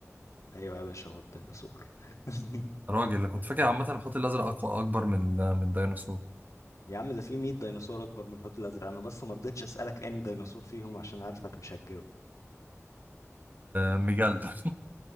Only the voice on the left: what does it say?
ايوه يا باشا هو الديناصور <laughs>
يا عم ده في 100 ديناصور اكبر من الحوت الازرق انا بس ما رضيتش اسالك اني ديناصور فيهم عشان عارفك مش هتجاوب
<laughs>